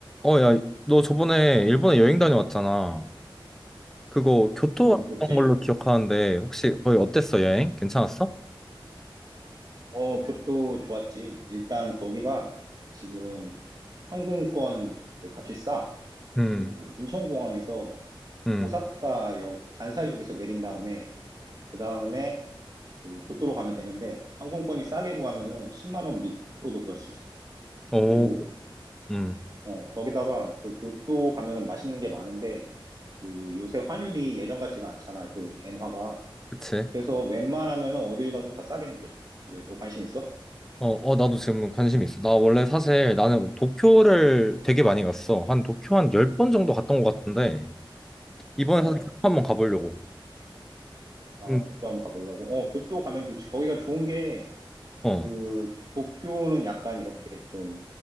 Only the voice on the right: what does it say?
음,
뭐 그랬지.
어, 교토 좋았지. 일단 거기가 지금 항공권 그 값이 싸.
그 인천공항에서
오사카역 간사이역에서 내린 다음에 그 다음에 그 교토로 가면 되는데 항공권이 싸게 구하면은 10만 원 밑으로도 구할 수 있어.
그리고
어, 거기다가 그 교토 가면은 맛있는 게 많은데 그 요새 환율이 예전 같지가 않잖아. 그 엔화가.
그래서 웬만하면은 어딜 가도 다 싸게 느껴져. 왜 너 관심 있어?
어.
아,
교토 한번 가보려고. 어, 교토 가면 좋지. 거기가 좋은 게,
그, 도쿄는 약간 이렇게 좀,